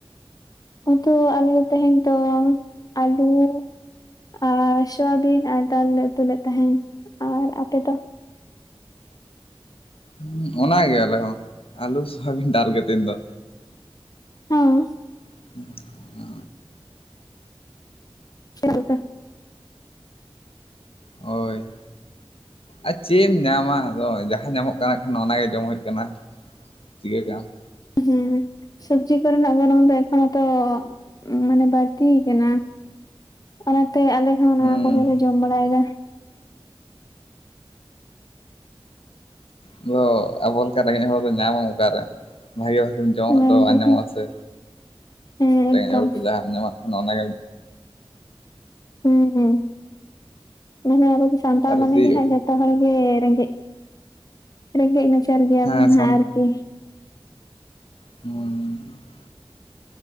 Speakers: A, on the left; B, on the left.
A: ᱱᱚᱛᱮ ᱟᱞᱮ ᱛᱮᱦᱮᱧ ᱫᱚ ᱟᱞᱩ- ᱟᱨ ᱥᱚᱣᱟᱵᱤᱱ ᱟᱨ ᱰᱟᱞ ᱞᱮ ᱩᱛᱩ ᱞᱮᱫ ᱛᱟᱦᱮᱸᱱ᱾ ᱟᱨ ᱟᱯᱮ ᱫᱚ?
B: ᱦᱩᱸ ᱚᱱᱟ ᱜᱮ ᱟᱞᱮ ᱦᱚᱸ ᱟᱹᱞᱩ ᱥᱚᱣᱟᱵᱤᱱ ᱰᱟᱞ ᱜᱮ ᱛᱮᱦᱤᱧ ᱫᱚ᱾
A: <unintelligible>
B: <unintelligible>
A: <unintelligible>
B: ᱦᱳᱭ᱾ ᱟᱨ ᱪᱮᱫ ᱮᱢ ᱧᱟᱢᱟ ᱟᱫᱚ ᱡᱟᱦᱟᱸ ᱧᱟᱢᱚᱜ ᱠᱟᱱᱟ ᱠᱷᱟᱱ ᱚᱱᱟᱜᱮ ᱡᱚᱢ ᱦᱩᱭᱩᱜ ᱠᱟᱱᱟ᱾ ᱪᱤᱠᱟ. ᱠᱟᱜᱼᱟᱢ᱾
A: ᱦᱮᱸ ᱥᱚᱵᱽᱡᱤ ᱠᱚᱨᱮᱱᱟᱜ ᱜᱚᱱᱚᱝ ᱫᱚ ᱮᱠᱷᱚᱱᱳᱛᱚ ᱢᱟᱱᱮ ᱵᱟᱹᱲᱛᱤ ᱠᱟᱱᱟ᱾ ᱚᱱᱟᱛᱮ ᱟᱞᱮ ᱦᱚᱸ ᱱᱚᱣᱟ
B: ᱦᱩᱸ
A: ᱠᱚᱜᱮᱞᱮ ᱡᱚᱢ ᱵᱟᱲᱟᱭᱮᱫᱟ᱾
B: ᱦᱩᱸ ᱟᱫᱚ ᱟᱵᱚ ᱞᱮᱠᱟᱱ ᱨᱮᱸᱜᱮᱡ ᱦᱚᱲ ᱵᱚ ᱧᱟᱢᱟᱢ ᱚᱠᱟᱨᱮ ᱵᱷᱟᱜᱮ ᱵᱷᱟᱜᱮᱢ ᱡᱚᱢᱟᱜ
A: ᱦᱮᱸ
B: ᱫᱚ ᱵᱟᱝ
A: ᱦᱮᱸ
B: ᱧᱟᱢᱚᱜᱼᱟ ᱥᱮ
A: ᱦᱮᱸ
B: ᱨᱮᱸᱜᱮᱡ
A: ᱮᱠᱫᱚᱢ
B: ᱦᱚᱲ ᱠᱚ ᱡᱟᱦᱟᱢ ᱧᱟᱢᱟ <unintelligible>
A: ᱦᱩᱸ ᱦᱩᱸ <unintelligible> ᱢᱟᱱᱮ
B: ᱛᱟᱦᱚᱞᱮ ᱫᱤ
A: ᱜᱮ ᱦᱟᱸᱜ ᱛᱟᱦᱞᱮ ᱨᱮᱸᱜᱮᱡ ᱨᱮᱸᱜᱮᱡ ᱱᱟᱪᱟᱨ ᱜᱮᱭᱟᱵᱚᱱ
B: ᱦᱮᱸ
A: ᱜᱮᱭᱟᱵᱚᱱ
B: ᱥᱟᱱ
A: ᱟᱨᱠᱤ?
B: ᱦᱩᱸ᱾